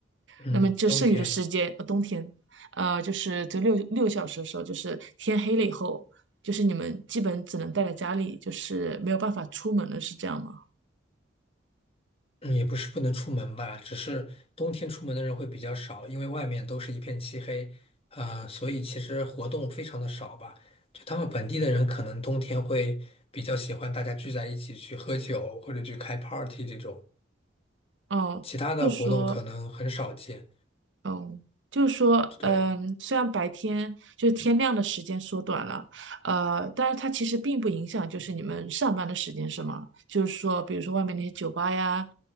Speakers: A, on the left; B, on the right.
A: 嗯，
B: 那么就剩余的时间，
A: 冬天。
B: 呃，冬天，呃，就是只有六六个小时的时候，就是天黑了以后，就是你们基本只能待在家里，就是没有办法出门了，是这样吗？
A: 嗯也不是不能出门吧，只是冬天出门的人会比较少，因为外面都是一片漆黑，呃，所以其实活动非常的少吧。就他们本地的人可能冬天会比较喜欢大家聚在一起去喝酒或者去开 party 这种，
B: 哦，
A: 其他的活动可能很少见。
B: 就是说，嗯，就是说，
A: 对。
B: 嗯，虽然白天就是天亮的时间缩短了，呃，但是它其实并不影响，就是你们上班的时间是吗？就是说，比如说外面那些酒吧呀，